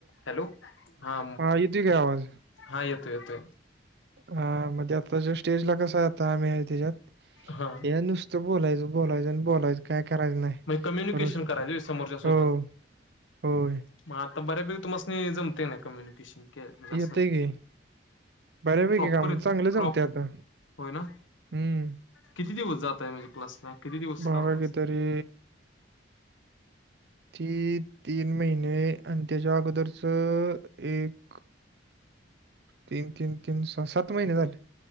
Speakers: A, on the left; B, on the right.
A: हॅलो, हा
B: येतोय काय आवाज?
A: हा येतोय येतोय.
B: हा म्हणजे आताच्या स्टेजला कसाय आम्ही त्याच्यात,
A: हा
B: हे नुस त बोलायच बोलायच बलायच काय करायच नाही.
A: म्हणजे कम्युनिकेशन
B: रोज
A: करायच व्हय समोरच्या सोबत.
B: हो होय
A: मग आता बऱ्यापैकी तुमासनी जमते ना कम्युनिकेशन के म्हणजे अस.
B: येतंय की बऱ्यापैकी
A: प्रॉपर
B: काम
A: येते.
B: चांगलं जमतंय
A: प्रॉप
B: आता
A: होय ना.
B: हम्म.
A: किती दिवस जातय म्हणजे क्लासला. किती दिवस
B: भावा
A: लावलाय
B: ते तरी ती तीन महिने आणि त्याच्या अगोदरच एक तीन तीन तीन, सात महिने झाले.